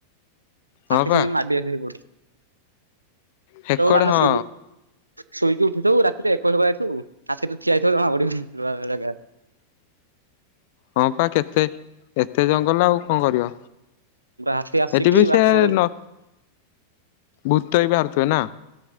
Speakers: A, on the left (about 50°); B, on the right (about 80°).
A: ହଁ
B: ହାତୀ
A: ପା
B: ଖାଲି ମାଡି ଆସିବେ ସେଇପଟୁ
A: ହେକଡେ
B: ତୋ <unintelligible>
A: ହଁ
B: ଶୋଇକି ଉଠିବୁ। ଶୋଇକି ଉ ରାତିରେ ଏକ ହେବା ହେତୁ ରାତି ତୁ ଠିଆ ହେଇଥମା ବଢି ଜାଗା
A: ହଁ ପା କେତେ ଏତେ ଜଙ୍ଗଲ ଆଉ କଣ କର?
B: ହାତୀ ଆସିକି
A: ଏଠି ବି
B: ବାଟ
A: ସେ
B: ଘର
A: ନ
B: ହୁଁ
A: ଭୂତ ବି ବାହାରୁଥିବେ ନା?